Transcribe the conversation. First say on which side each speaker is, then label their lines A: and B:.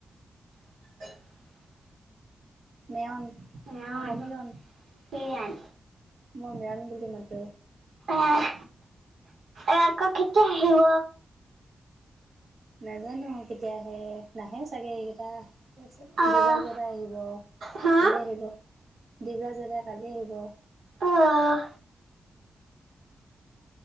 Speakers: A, on the right; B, on the right.
A: <unintelligible>
B: মেয়ন
A: অ',
B: সমীৰণ
A: কিয়ান।
B: মই মৰম বুলি মতে।
A: আহ আকৌ কেতিয়া আহিব?
B: নাজানো কেতিয়া আহে নাহে চাগে এইকেইটা। ত
A: আহ
B: দিব্ৰজ দাদা আহিব
A: হা
B: কালি আহিব ডিব্ৰজ দাদা কালি আহিব। অ'।
A: আহ